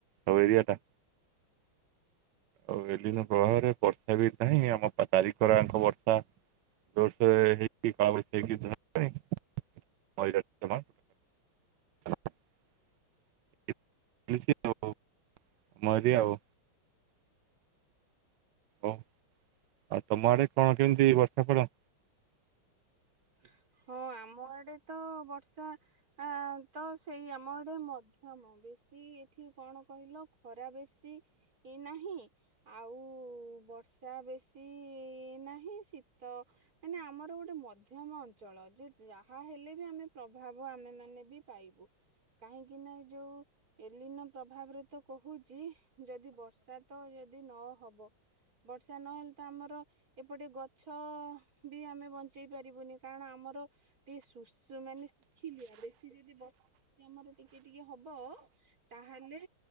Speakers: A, on the right (about 70°); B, on the right (about 40°).
A: ଆଉ ଏରିଆଟା। ଆଉ ଏଲିନୋ ପ୍ରଭାବରେ ବର୍ଷା ବି ନାହିଁ ଆମ ଚାରିିକଡା ଯାଙ୍କ ବର୍ଷା। ଜୋରସୋର ରେ ହେଇକି <unintelligible> ଜମା <unintelligible> <unintelligible> ମରି ଆଉ। ଓ ଆଉ ତମ ଆଡେ କଣ କେମିତି ବର୍ଷା କର
B: <inaudible> ହଁ ଆମ ଆଡେ ତ ବର୍ଷା ଆ ତ ସେଇ ଆମ ଆଡେ ମଧ୍ୟମ ବେଶୀ ଏଠି କଣ କହିଲ ଖରା ବେଶୀ ନାହିଁ ଆଉ ବର୍ଷା ବେଶୀ ନାହିଁ ଶୀତ ମାନେ ଆମର ଗୋଟେ ମଧ୍ୟମ ଅଞ୍ ଞ୍ଚଳ ଯେ ଯାହା ହେଲେ ବି ଆମେ ପ୍ରଭାବ ଆମେ ମାନେ ବି ପାଇବୁ। କାହିଁକି ନା ଏ ଯୋଉ ଏଲିନ ପ୍ରଭାବରେ ତ କହୁଚି ଯଦି ବର୍ଷା ତ ଯଦି ନ ହବ ବର୍ଷା ନହେଲେ ତ ଆମର ଏପଟେ ଗଛ ବି ଆମେ ବଞ୍ଚେଇ ପାରିବୁନି। କାରଣ ଆମର ଟିକେ ଶୁ ମାନେ ଶୁଖିଲି ବେଶୀ ଯଦି ବ ଆମର ଟିକେ ଟିକେ ହବ ତାହେଲେ